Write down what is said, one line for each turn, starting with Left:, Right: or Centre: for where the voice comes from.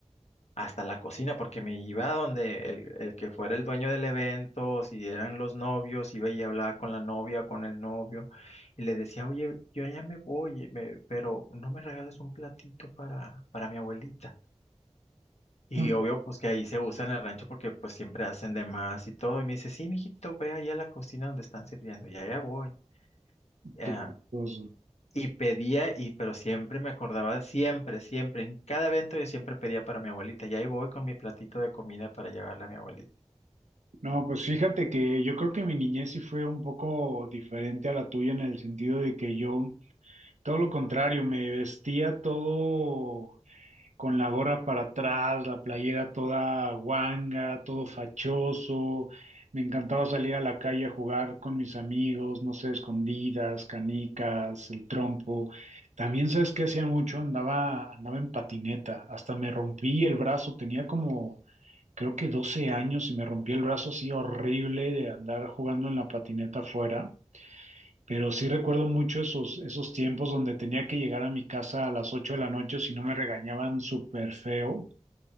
Left: hasta la cocina, porque me iba a donde el, el que fuera el dueño del evento, o si eran los novios, iba y hablaba con la novia, con el novio, y le decía, oye, yo ya me voy, me- pero no me regales un platito para, para mi abuelita. Y
Right: <laughs>
Left: obvio, pues que ahí se usa en el rancho porque pues siempre hacen de más y todo. Y me dice, sí, mijito, ve ahí a la cocina donde están sirviendo. Y allá voy. Ah,
Right: Qué chistoso.
Left: y pedía, y pero siempre me acordaba, siempre, siempre, en cada evento yo siempre pedía para mi abuelita. Y ahí voy con mi platito de comida para llevarle a mi abuelita.
Right: No, pues fíjate que yo creo que mi niñez sí fue un poco diferente a la tuya en el sentido de que yo, todo lo contrario, me vestía todo. con la gorra para atrás, la playera toda guanga, todo fachoso. Me encantaba salir a la calle a jugar con mis amigos, no sé, escondidas, canicas, el trompo. También sabes qué hacía mucho, andaba, andaba en patineta, hasta me rompí el brazo, tenía como creo que 12 años y me rompí el brazo así horrible de andar jugando en la patineta afuera. Pero sí recuerdo mucho esos, esos tiempos donde tenía que llegar a mi casa a las 8 de la noche, o si no me regañaban súper feo.